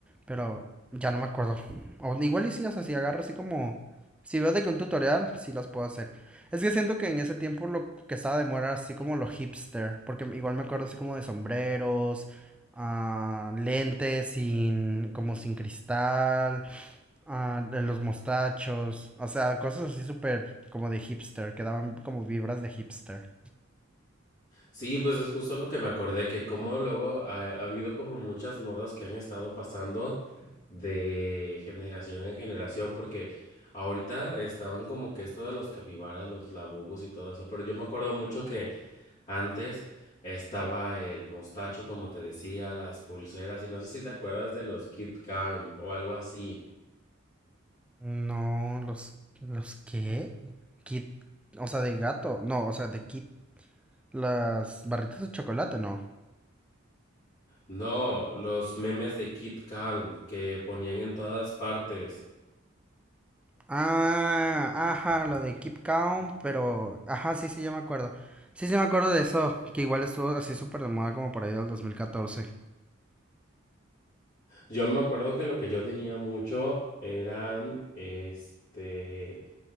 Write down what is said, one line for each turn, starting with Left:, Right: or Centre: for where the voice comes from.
Centre: pero ya no me acuerdo. O igual y sí, o sea, si agarro así como... Si veo de que un tutorial, sí las puedo hacer. Es que siento que en ese tiempo lo que estaba de moda era así como lo hipster, porque igual me acuerdo así como de sombreros, ah, lentes sin, como sin cristal, Ah, de los mostachos, o sea, cosas así súper como de hipster, que daban como vibras de hipster.
Left: Sí, pues es justo lo que me acordé, que como luego ha, ha habido como muchas modas que han estado pasando de generación en generación, porque ahorita estaban como que esto de los capibaras, los labubos y todo eso, pero yo me acuerdo mucho que antes estaba el mostacho, como te decía, las pulseras, y no sé si te acuerdas de los Kid Calm o algo así.
Centre: No, los, ¿los qué? Kit, o sea, de gato, no, o sea, de Kit, las barritas de chocolate, no.
Left: No, los memes de Kid Calm que ponían en todas partes.
Centre: Ah, ajá, lo de Keep Calm, pero, ajá, sí, sí, ya me acuerdo. Sí, sí, me acuerdo de eso, que igual estuvo así súper de moda como por ahí del 2014.
Left: Yo me acuerdo que lo que yo tenía mucho eran, este,